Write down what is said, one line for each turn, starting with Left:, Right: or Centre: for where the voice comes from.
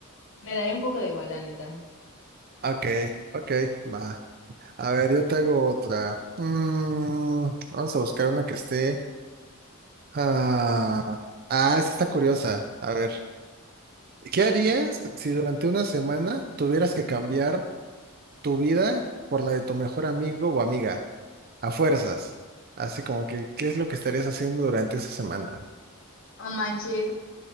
Left: me daría un poco de igual, la neta.
Right: ok, ok, va. A ver, yo te hago otra. Mm, vamos a buscar una que esté. Ah, ah, esta está curiosa. A ver, ¿qué harías si durante una semana tuvieras que cambiar tu vida por la de tu mejor amigo o amiga? A fuerzas. Así como que, ¿qué es lo que estarías haciendo durante esa semana?
Left: No manches,